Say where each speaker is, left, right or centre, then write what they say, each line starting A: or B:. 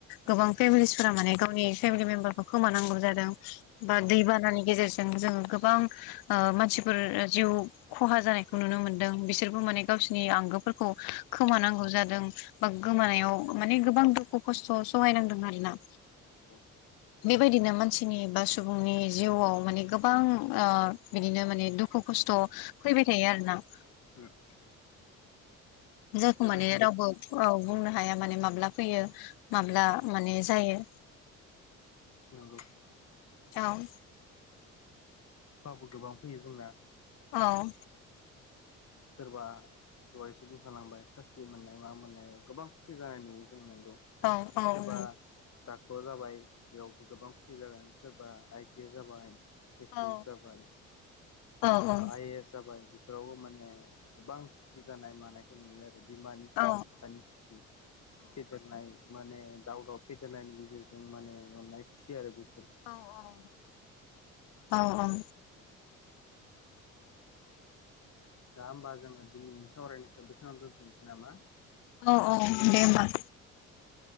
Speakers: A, on the left; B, on the left.
A: गोबां फेमिलिसफोरा माने गावनि फेमिलि मेम्बारखौ खोमानांगौ जादों
B: नंगौ
A: बा दैबानानि गेजेरजों जों गो- गोबां ओ मानसिफोर जिउ खहा जानायखौ नुनो मोनदों बिसोरबो माने गावसिरनि आंगोफोरखौ खोमानांगौ जादों। बा गोमानायाव माने गोबां दुखु खस्थ' सहायनांदों आरो ना।
B: नं
A: बेबायदिनो मानसिनि बा सुबुंनि जिउआव माने गोबां ओ बिदिनो माने दुखु खस्थ' फैबाय थायो आरोना।
B: उम
A: जायखौ
B: बेबायदिनो
A: माने रावबो औ बुंनो हाया माने माब्ला फैयो माब्ला माने जायो।
B: नंगौ
A: औ
B: सुखाबो गोबां फैयो जोंना।
A: औ
B: सोरबा दहायसो बुंखालांबाय साख्रि मोन माबा मोननायाव गोबां खुसि जानाय नुयो जों नंगौ
A: औ
B: सोरबा
A: नंगौ
B: दाक्टर जाबाय बेयावबो गोबां खुसि जागोन। सोरबा आइ पि एस जाबाय ए सि
A: औ
B: एस जाबाय
A: औ
B: ओ आइ ए एस जाबाय बेफोरावबो माने गोबां खुसि जानाय मानायखौ नुयो आरो। बिमानि खुसि
A: औ
B: बिफानि खुसि फेदेरनाय माने दाव दाव फेदेरनायनि गेजेरजों माने मोननाय खुसि आरो बे
A: औ औ औ औ।
B: दा होमबा जोङो दिनैनि सावरायनायखौ बेखौनो दोनथनोसै नामा?
A: औ औ दे होमबा।
B: औ